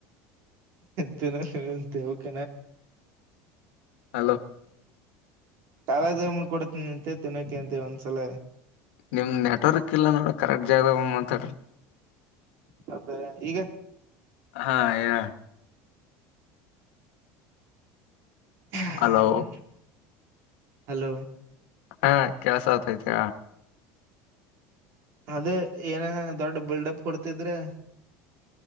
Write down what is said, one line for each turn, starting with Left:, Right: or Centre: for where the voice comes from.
Right: ತನ ತೆಕ
Left: ಹಲೋ
Right: ಕಾಲಜಮನ್ ಕೊಡ್ತೀನಿ ಅಂತೆ ತಿನ್ನಕೆ ಅಂತೆ ಒಂದ್ಸಲ
Left: ನಿಮ್ ನೆಟ್ವರ್ಕ್ ಇಲ್ಲ ನೋಡ ಕರೆಕ್ಟ್ ಜಾಗ ಮಾತಾಡ್ರಿ
Right: ಹೌದೇ ಈಗ
Left: ಹಾ ಯಾರ
Right: <inaudible>
Left: ಹಲೋ
Right: ಹಲೋ
Left: ಹಾ ಕೆಲಸ ಆಗ್ತೈತಿ
Right: ಅದೇ ಏನ ದೊಡ್ ಬಿಲ್ಡಪ್ ಕೊಡ್ತಿದ್ರೆ